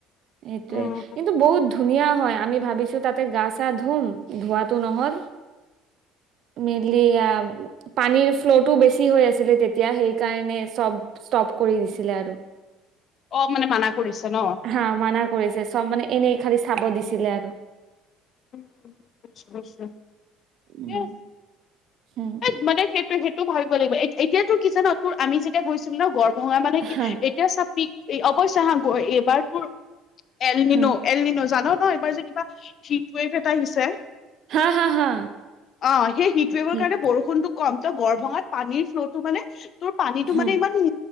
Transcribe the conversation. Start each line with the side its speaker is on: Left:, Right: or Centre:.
Right: সেইটোয়ে,
Left: অ
Right: কিন্তু বহুত ধুনীয়া হয়। আমি ভাবিছো, তাতে গা চা ধুম, ধুৱা টো নহ'ল। মেইনলি এয়া পানীৰ ফ্ল'টো বেছি হৈ আছিলে, তেতিয়া সেইকাৰণে চব ষ্টপ কৰি দিছিলে আৰু।
Left: অ', মানে মানা কৰিছে ন?
Right: হা মানা কৰিছে, চব মানে এনেই খালি চাব দিছিলে আৰু।
Left: <unintelligible>
Right: উম হম
Left: এই মানে সেইটোৱে, সেই তো, ভাবিব লাগিব এ-এতিয়া, তোৰ কি জান? তোৰ আমি যেতিয়া গৈছিলো ন' গৰ ভঙা মানে কি?
Right: হা
Left: এতিয়া চা, পিক এই অৱশ্য হা, গৈ এইবাৰ তোৰ এলনিনো,
Right: হা
Left: এলনিনো জান? ন' এইবাৰ যে, কিবা <unintelligible> <unintelligible> এটা আহিছে।
Right: হা হা হা
Left: অ', সেই হিটৱেভৰ
Right: হিট,
Left: কাৰণে বৰষুণটো কম। ত', গঢ়-ভঙাত পানীৰ ফ্ল'টো মানে তোৰ পানীটো
Right: হা
Left: মানে, ইমান উ